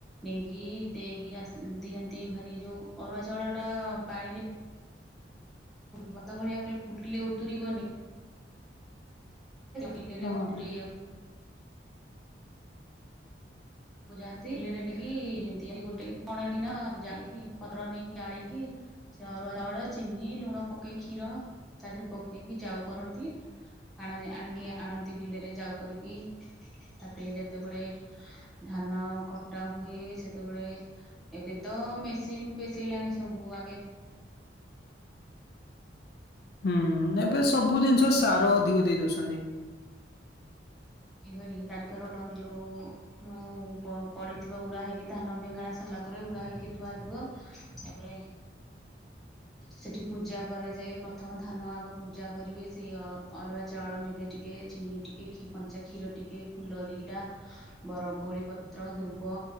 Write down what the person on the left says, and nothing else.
ହଁ
ହଁ
ହୁଁ ଏବେ ସବୁ ଜିନିଷ ସାର ଅଧିକ ଦେଇ ଦଉଛନ୍ତି।